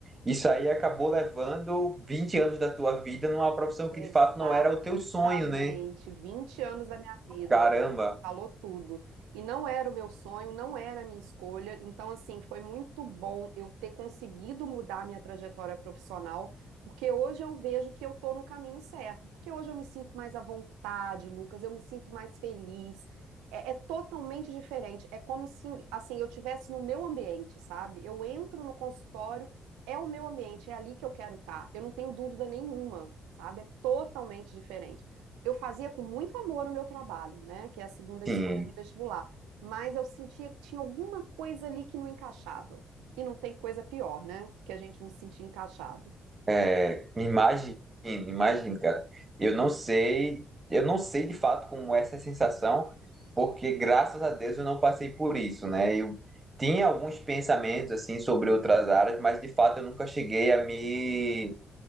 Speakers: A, on the right; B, on the right.
A: isso aí acabou levando 20 anos da tua vida numa profissão
B: Exatamente.
A: que de fato não era o teu sonho, né?
B: 20 anos da minha vida.
A: Caramba.
B: é, Falou tudo. E não era o meu sonho, não era a minha escolha. Então, assim, foi muito bom eu ter conseguido mudar a minha trajetória profissional, porque hoje eu vejo que eu tô no caminho certo. Porque hoje eu me sinto mais à vontade, Lucas, eu me sinto mais feliz. É, é totalmente diferente. É como se, assim, eu tivesse no meu ambiente, sabe? Eu entro no consultório. é o meu ambiente, é ali que eu quero estar. Eu não tenho dúvida nenhuma, sabe? É totalmente diferente. Eu fazia com muito amor o meu trabalho, né? Que é a segunda
A: Sim,
B: escolha do vestibular. Mas eu sentia que tinha alguma coisa ali que não encaixava. E não tem coisa pior, né? Que a gente não se sentir encaixado.
A: É, imagino, imagino, cara. Eu não sei, eu não sei de fato como é essa sensação, porque graças a Deus eu não passei por isso, né? Eu tinha alguns pensamentos assim sobre outras áreas, mas de fato eu nunca cheguei a me,